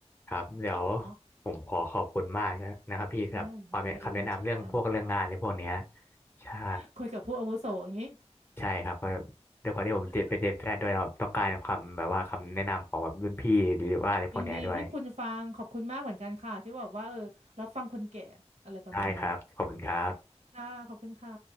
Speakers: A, on the left; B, on the right.
A: ครับเดี๋ยว
B: เนาะ
A: ผมขอขอบคุณมากนะนะครับพี่สำหรับความแนะคำแนะนำเรื่องพวกเรื่องงานในพวกเนี้ย
B: ได้โอเคมาแชร์กัน
A: ใช่
B: <laughs> คุยกับผู้อาวุโสอย่างนี้
A: ใช่ครับเพราะด้วยความที่ผมติดไปเรียนแพทย์ด้วยครับต้องการความแบบว่าคำแนะนำของแบบรุ่นพี่หรือว่าอะไรพวกเนี้ยด้วย
B: ยังดีที่คุณฟังขอบคุณมากเหมือนกันค่ะที่บอกว่าเออรับฟังคนแก่อะไรประมาณนึง
A: ได้ครับขอบคุณครับ
B: ค่ะขอบคุณค่ะ